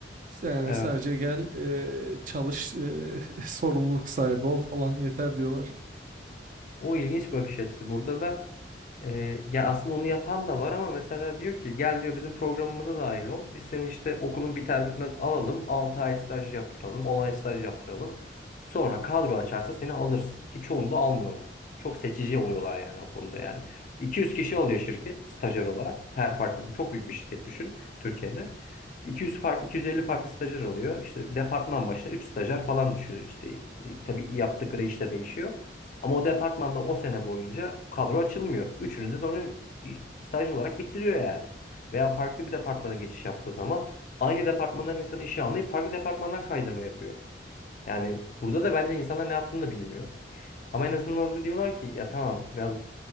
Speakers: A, on the right; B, on the left.
A: Sen yani
B: Evet.
A: sadece gel e, çalış e, <laughs> sorumluluk sahibi ol falan yeter diyorlar.
B: O ilginç bakış açısı. Burada da e, ya aslında onu yapan da var ama mesela diyor ki gel diyor bizim programımıza dahil ol. Biz seni işte okulun biter bitmez alalım. 6 ay staj yaptıralım. 10 ay staj yaptıralım. Sonra kadro açarsa seni alırız. Ki çoğunu da almıyorlar. Çok seçici oluyorlar yani o konuda yani. 200 kişi alıyor şirket stajyer olarak. Her farklı çok büyük bir şirket düşün Türkiye'de. 200 farklı 250 farklı stajyer alıyor. İşte departman başına 3 stajyer falan düşüyor. İşte e, tabii yaptıkları işte değişiyor. Ama o departmanda o sene boyunca kadro açılmıyor. Üçünü de sonra staj olarak bitiriyor yani. Veya farklı bir departmana geçiş yaptığı zaman aynı departmandan insanı işe almayıp farklı departmandan kaydırma yapıyor. Yani burada da bence insanlar ne yaptığını da bilmiyor. Ama en azından orada diyorlar ki ya tamam biraz